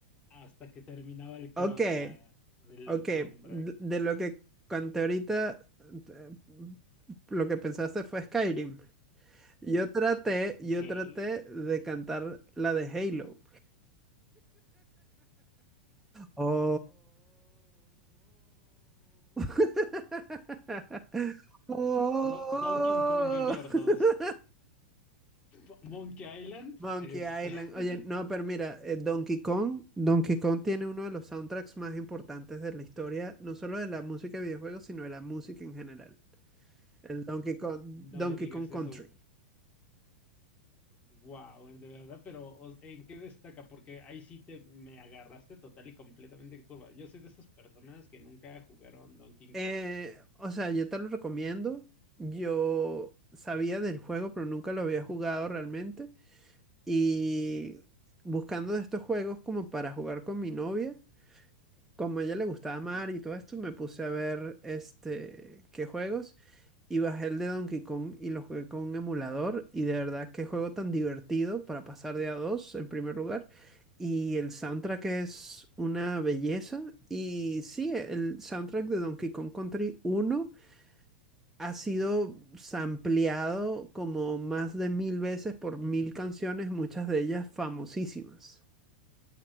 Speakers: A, on the left (about 30°); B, in the centre.
A: hasta que terminaba el coro
B: Ok,
A: de la, del
B: ok.
A: soundtrack.
B: De, de lo que conté ahorita, eh, lo que pensaste fue Skyrim. Yo traté,
A: Cl-
B: yo traté de cantar la de Halo. Oh, <laughs> oh.
A: Do- Donkey Kong Jr. 2. P- Monkey Island.
B: Monkey
A: Este.
B: Island.
A: <laughs>
B: Oye, no, pero mira, eh, Donkey Kong, Donkey Kong tiene uno de los soundtracks más importantes de la historia, no solo de la música de videojuegos, sino de la música en general. El Donkey Kong, Donkey
A: No me digas
B: Kong Country.
A: eso. Wow, de verdad, pero o- ¿en qué destaca? Porque ahí sí te me agarraste total y completamente en curva. Yo soy de esas personas que nunca jugaron Donkey
B: Eh,
A: Kong.
B: o sea, yo te lo recomiendo. Yo sabía del
A: Ujú,
B: juego, pero nunca lo había jugado realmente. Y buscando de estos juegos como para jugar con mi novia, como a ella le gustaba mar
A: ujú.
B: y todo esto, me puse a ver este qué juegos y bajé el de Donkey Kong y lo jugué con un emulador y de verdad qué juego tan divertido para pasar de a dos en primer lugar y el soundtrack es una belleza y sí, el soundtrack de Donkey Kong Country uno ha sido sampleado como más de mil veces por mil canciones, muchas de ellas famosísimas.